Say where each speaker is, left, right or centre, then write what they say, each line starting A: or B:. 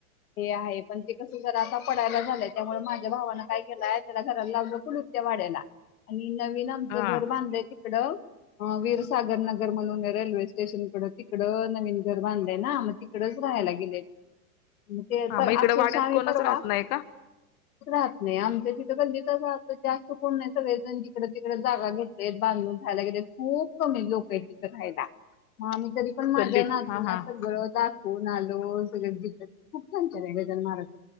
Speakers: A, on the left; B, on the left.
A: ते आहे. पण ते कसं जरा आता पडायला झालंय त्यामुळे माझ्या भावानं काय केलाय. त्या घराला लावल कुलूप त्या वाड्याला. नवीन आमचं
B: हा.
A: घर बांधलंय तिकडं. हा वीर सागर नगर म्हणून रेल्वे. स्टेशन कड तिकडं नवीन घर बांधलंय ना मग तिकडच राहायला गेलेत. ते
B: हा
A: तर
B: मग इकडे
A: अक्षरशः
B: वाड्यात
A: आम्ही
B: कोणच
A: परवा
B: राहत नाही का
A: राहत नाही आमच्या तिथं. आम्ही पण तिथेच राहतो जास्त कोण नाही सगळेजण जीकडे तिकडे जागा घेतले बांधून राहायला गेले खूप कमी लोक आहेत तिथं रायला. मग आम्ही तरी पण माझ्या
B: गल्लीत
A: नातीला
B: हा हा.
A: सगळं. फोन आलो सगळं ग खूप छान छान केलंय गजानन महाराज <unintelligible>